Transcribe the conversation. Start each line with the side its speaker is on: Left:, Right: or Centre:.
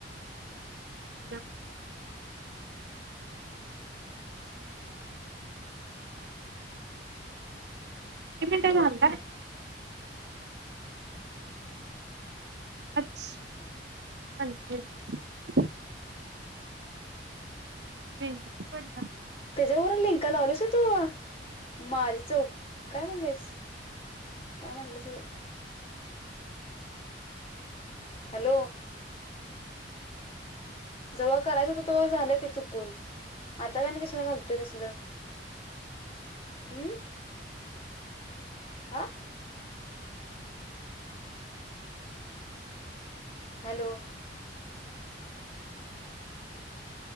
Right: ज कमट होत <unintelligible> अच <unintelligible> भे पण ना.
Left: त्याच्यावरून लिंक लावल्यास तू. माझे चौक काय म्हणलेस, काय म्हणलेसई. हॅलो. जव्हा करायच होत तेव्हा झालं ते चुकून आता काय ल गेच. कशाला घालतोय तसलं. हम्म हा हॅलो.